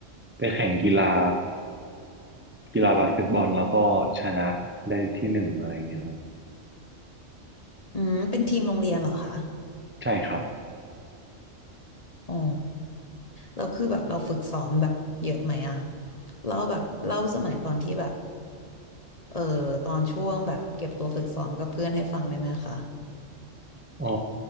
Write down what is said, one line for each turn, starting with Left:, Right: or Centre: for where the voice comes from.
Right: ไปแข่งกีฬากีฬาบาสเกตบอลแล้วก็ชนะได้ที่หนึ่งอะไรอย่างเงี้ยครับ
Left: อืมเป็นทีมโรงเรียนเหรอคะ
Right: ใช่ครับ
Left: อ๋อเราคือแบบเราฝึกซ้อมแบบเยอะไหมอะเล่าแบบเล่าสมัยตอนที่แบบเออตอนช่วงแบบเก็บตัวฝึกซ้อมกับเพื่อนให้ฟังได้ไหมคะ
Right: อ๋อ